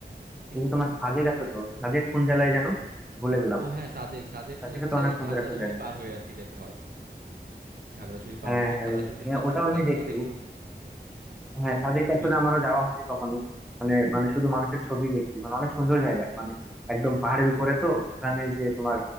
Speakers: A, on the right (about 60°); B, in the centre.
A: কি
B: এই যে তোমার সাজেক আছে তো সাজেক কোন জেলায় যেন ভুলে গেলাম
A: ও হ্যাঁ সাজেক সাজেক
B: সাজেকে
A: তো হচ্ছে
B: তো অনেক সুন্দর
A: খাগড়াছড়ি
B: একটা জায়গা
A: পার হয়ে আর কি যেতে হয় খাগড়াছড়ি পার
B: হ্যাঁ
A: হয়ে প্রথমে
B: হ্যাঁ
A: খাগড়াছড়ি
B: ও- হ্যাঁ
A: যেতে হয়
B: ওটাও
A: তারপরে
B: আমি
A: সাজেক
B: দেখছি
A: সাজেক তো
B: হ্যাঁ সাজেকে
A: খুবই
B: আসলে আমারও যাওয়া হয়নি কখনো মানে মানে শুধু মানুষের ছবি দেখছি মানে অনেক সুন্দর জায়গা মানে একদম পাহাড়ের উপরে তো ওখানে যে তোমার